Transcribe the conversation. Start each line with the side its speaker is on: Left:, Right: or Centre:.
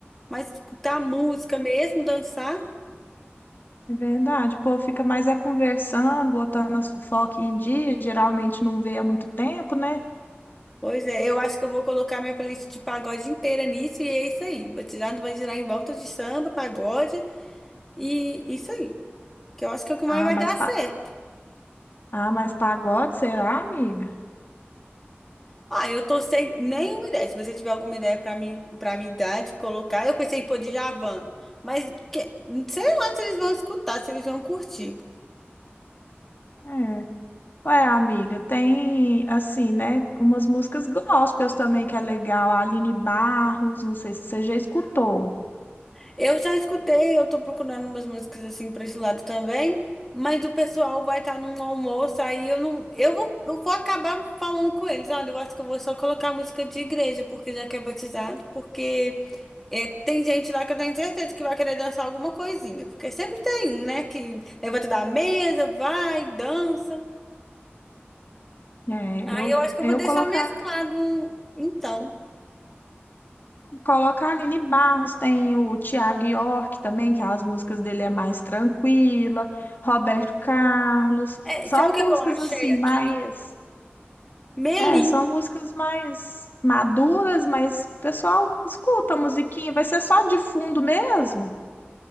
Centre: mas escutar música mesmo, dançar.
Left: É verdade, o povo fica mais é conversando, botando as fofocas em dia, geralmente não vê há muito tempo, né?
Centre: Pois é, eu acho que eu vou colocar minha playlist de pagode inteira nisso e é isso aí. Vou tirar, vai girar em volta de samba, pagode e isso aí. Que eu acho que é o que
Left: Ah,
Centre: mais vai
Left: mas
Centre: dar
Left: pa-
Centre: certo.
Left: Ah, mas pagode, será, amiga?
Centre: Ah, eu tô sem nenhuma ideia. Se você tiver alguma ideia pra mim, para me dar de colocar, eu pensei em pôr Djavan, mas que- sei lá se eles vão escutar, se eles vão curtir.
Left: É. Ué, amiga, tem, assim, né, umas músicas gospels também que é legal. A Aline Barros, não sei se você já escutou.
Centre: Eu já escutei, eu tô procurando umas músicas assim pra esse lado também, mas o pessoal vai estar num almoço, aí eu não. Eu vou, eu vou acabar falando com eles. Olha, eu acho que eu vou só colocar música de igreja, porque já que é batizado, porque é, tem gente lá que eu tenho certeza que vai querer dançar alguma coisinha, porque sempre tem um, né, que levanta da mesa, vai, dança.
Left: É,
Centre: Aí
Left: eu,
Centre: eu acho que
Left: eu
Centre: eu vou deixar
Left: colocar,
Centre: mesclado. um, Então,
Left: colocar a Aline Barros, tem o Tiago York também, que as músicas dele é mais tranquila. Roberto Carlos.
Centre: É,
Left: São
Centre: sabe o que
Left: músicas,
Centre: que eu achei
Left: assim,
Centre: aqui?
Left: mais...
Centre: Melim.
Left: É, são músicas mais maduras, mas o pessoal escuta a musiquinha, vai ser só de fundo mesmo.